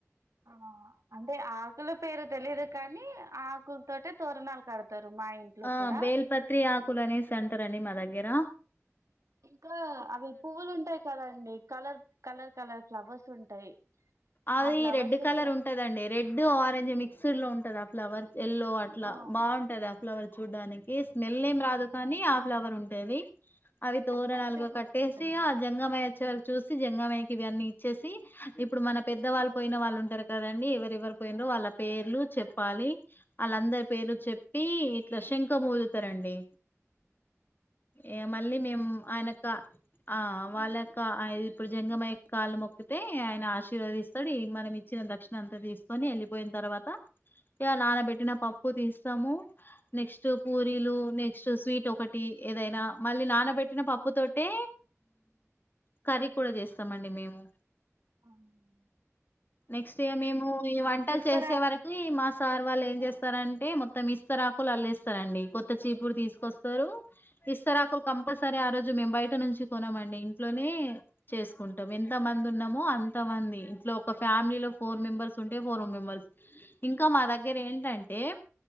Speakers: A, on the right; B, on the left.
A: ఆ అంటే ఆకుల పేరు తెలిదు కానీ ఆకులతోటే తోరణాలు కడతారు మా ఇంట్లో
B: ఆ
A: కూడా
B: బేల్పత్రి ఆకులనేసన్ రండి మా దగ్గర
A: ఇంకా అవి పువ్వులు ఉంటాయి కదండి కలర్ కలర్ కలర్ ఫ్లవర్స్ ఉంటాయి
B: అది
A: ఆ ఫ్లవర్స్
B: రెడ్ కలర్
A: కూడా
B: ఉంటదండి రెడ్ ఆరెంజ్ మిక్స్ర్ లో ఉం ఆ ఫ్ల వర్ ఎల్లో అట్లా
A: ఆ
B: బాగుంటది ఆ ఫ్లవర్ చూడ్డానికి స్మెల్ ఏం రాదు కానీ ఫ్లవర్ ఉంటది. అవి తోరనాలుగా
A: అట్రాక్టివ్ గా
B: కట్టేసి
A: ఉంటుందండి
B: ఆ జంగమయ్య వచ్చే వరకు చూసి జంగమయ్య ఇవన్నీ ఇచ్చేసి ఇప్పుడు మన పెద్ద వాళ్ళు పోయిన వాళ్ళు ఉంటరు కదండి. ఎవర ఎవరు పోయిన్రో వాళ్ళ పేర్లు చెప్పాలి. ఆళ్ళందరి పేర్లు చెప్పి ఇట్లా శంఖమూదుతరండి. ఏ గా మళ్ళీ మేము ఆయన కా ఆ వాళ్ళ కా ఆ ఇప్పుడు జంగమయ్య కాళ్ళు మొక్కితే ఆయన ఆశి ర్వదీస్తడు. ఈ మనం ఇచ్చిన దక్షిణ అంతా తీసుకొని వెళ్ళిపోయిన తర్వాత ఇగ నానబెట్టిన పప్పు తీసి స్తము, నెక్స్ట్ పూరీలు, నెక్స్ట్ స్వీట్ ఒకటి ఏదైనా. మళ్ళీ నానబెట్టిన పప్పు తోటే కర్రీ కూడా చేస్తం అండి మేము.
A: అవును
B: నెక్స్ట్ ఇగ మేము ఈ వంటలు
A: విస్తరా
B: చేసే వరకి మా సార్ వాళ్ళు ఏం చేస్ స్తరంటే మొత్తం ఇస్తరాకులు అల్లేస్తరండి. కొత్త చీపురు తీసుకొస్తరు, ఇస్తరాకులు కంపల్సరీ ఆ రోజు మేము బయట నుంచి కొనమండి ఇంట్లోనే చేసుకుంటాం. ఎంత మంది ఉన్నామో అంత మంది ఇంట్లో ఒక ఫ్యామిలీలో ఫోర్ మెంబెర్స్ ఉంటే ఫోర్ మెంబెర్స్. ఇంకా మా దగ్గర ఏంటంటే